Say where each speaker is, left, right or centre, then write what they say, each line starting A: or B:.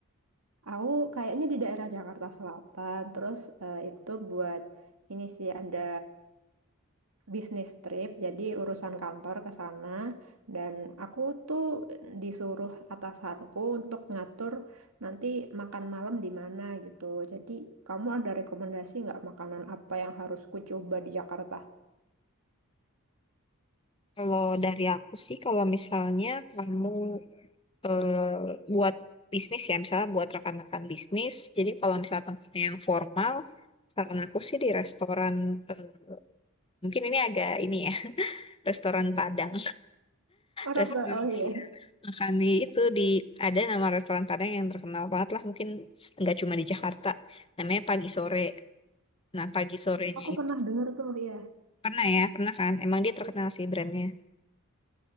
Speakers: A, on the right (about 75°); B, on the left (about 25°).
A: aku kayaknya di daerah Jakarta Selatan, terus eh, itu buat ini sih ada bisnis trip, jadi urusan kantor ke sana dan aku tuh disuruh atasanku untuk ngatur nanti makan malam di mana gitu. Jadi kamu ada rekomendasi nggak makanan apa yang harus ku coba di Jakarta?
B: Kalau dari aku sih, kalau misalnya kamu eh, buat bisnis ya, misalnya buat rekan-rekan bisnis, jadi kalau misalnya tempatnya yang formal, saran aku sih di restoran, eh, mungkin ini agak ini ya, restoran Padang,
A: Oh, Ras-
B: restoran
A: Ba- oh iya,
B: di Makannya itu di ada nama restoran Padang yang terkenal banget lah mungkin s- nggak cuma di Jakarta. Namanya Pagi Sore. Nah Pagi Sorenya
A: aku pernah
B: itu
A: dengar tuh ya.
B: pernah ya pernah kan? Emang dia terkenal sih brandnya.